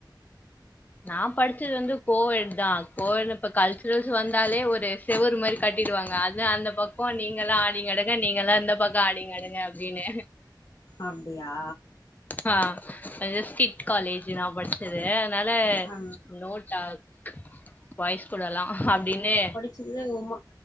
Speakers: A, on the left (about 20°); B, on the left (about 50°).
A: நா படிச்சது வந்து கோ எட் தா கோ எட் ல இப்ப கல்ச்சுரல்ஸ் வந்தாலே ஒரு செவரு மாரி கட்டிடுவாங்க அது அந்த பக்கொ நீங்களா ஆடிங்கடங்க நீங்கல்லா இந்த பக்கொ ஆடிங்கடங்க அப் ஜினு
B: அப்டியா
A: ஆ அது ஸ்ரிட் காலேஜு நா படிச் சது அதுனால
B: ஆ
A: நோ டாக் பாய்ஸ் கூடலா அப்டின்னு
B: சிது எங்கம்மா